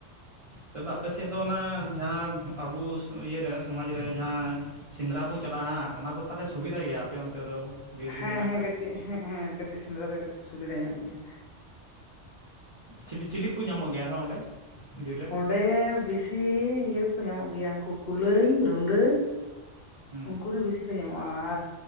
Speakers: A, on the right; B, on the left.
A: ᱛᱚᱵᱮ ᱟᱯᱮ ᱥᱮᱫ ᱫᱚ ᱚᱱᱟ ᱡᱟᱦᱟᱸ ᱟᱵᱚ ᱤᱭᱟᱹᱨᱮ ᱥᱚᱢᱟᱡᱽ ᱨᱮ ᱡᱟᱦᱟᱸ ᱥᱮᱸᱫᱽᱨᱟ ᱵᱚ ᱪᱟᱞᱟᱜᱼᱟ ᱦᱟᱸ ᱚᱱᱟ ᱫᱚ ᱛᱟᱦᱞᱮ ᱥᱩᱵᱤᱫᱷᱟ ᱜᱮᱭᱟ ᱟᱯᱮ ᱚᱱᱛᱮ ᱫᱚ? ᱵᱤᱨ
B: ᱦᱮᱸ
A: ᱠᱚ ᱢᱮᱱᱟᱜ
B: ᱦᱮᱸ
A: ᱠᱷᱟᱡ
B: ᱠᱟᱹᱴᱤᱡ ᱦᱮᱸ ᱦᱮᱸ ᱠᱟᱹᱴᱤᱡ ᱥᱮᱸᱫᱽᱨᱟ ᱫᱚ ᱠᱟᱹᱴᱤᱡ ᱥᱩᱵᱤᱫᱷᱟ ᱧᱚᱜ ᱜᱮᱭᱟ᱾
A: ᱪᱤ ᱪᱤᱞᱤ ᱠᱚ ᱧᱟᱢᱚᱜ ᱜᱮᱭᱟ ᱟᱨᱦᱚᱸ ᱚᱸᱰᱮ ᱵᱤᱨ ᱨᱮ?
B: ᱚᱸᱰᱮ ᱵᱤᱥᱤ ᱤᱭᱟᱹ ᱠᱚ ᱧᱟᱢᱚᱜ ᱜᱮᱭᱟ ᱩᱱᱠᱩ ᱠᱩᱞᱟᱹᱭ ᱨᱩᱸᱰᱟᱹ,
A: ᱦᱩᱸ
B: ᱩᱱᱠᱩ ᱜᱮ ᱵᱮᱥᱤ ᱠᱚ ᱧᱟᱢᱚᱜᱼᱟ, ᱟᱨ